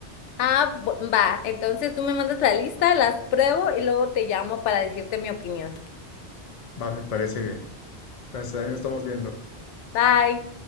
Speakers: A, on the left; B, on the left.
A: Ah, bu- va. Entonces tú me mandas la lista, las pruebo y luego te llamo para decirte mi opinión.
B: Va, me parece bien. Entonces, ahí nos estamos viendo.
A: Bye.